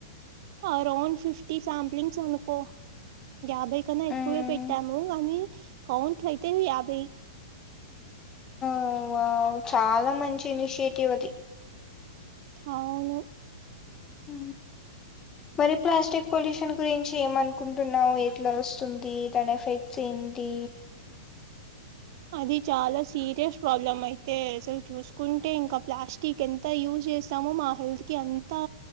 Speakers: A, on the right; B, on the left.
A: అరౌండ్ ఫిఫ్టీ సాంప్లింగ్స్ అనుకో యాభై కన్నా ఎక్కువే
B: ఉమ్
A: పెట్టాము కానీ కౌంట్ అయితే యాభై
B: ఓ వావ్ చాలా మంచి ఇనిషియేటివ్ అది
A: అవును
B: హు మరి ప్లాస్టిక్ పొల్యూషన్ గురించి ఏమన్ కుంటున్నావ్ ఎట్లా వస్తుంది దాని ఎఫెక్ట్స్ ఏంటి
A: అది చాలా సీరియస్ ప్రాబ్లం అయితే అసలు చూసుకుంటే ఇంకా ప్లాస్టిక్ ఎం త యూజ్ చేస్తామో మా హెల్త్ కి అంతా